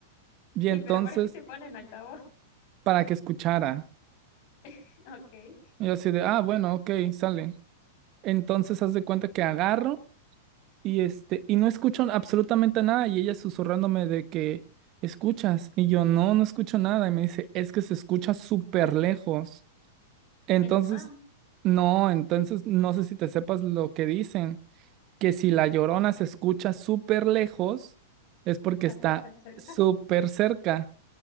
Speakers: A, on the right (about 40°); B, on the left (about 50°).
A: Y
B: Y
A: entonces,
B: pero ¿para qué te ponen altavoz?
A: para que escuchara.
B: <laughs> Ok.
A: Y yo así de, ah, bueno, ok, sale. Entonces haz de cuenta que agarro y este, y no escucho absolutamente nada. Y ella susurrándome de que escuchas. Y yo, no, no escucho nada. Y me dice, es que se escucha súper lejos. Entonces,
B: Menos mal.
A: no, entonces no sé si te sepas lo que dicen, que si la llorona se escucha súper lejos, es porque
B: Está
A: está
B: súper cerca.
A: súper cerca.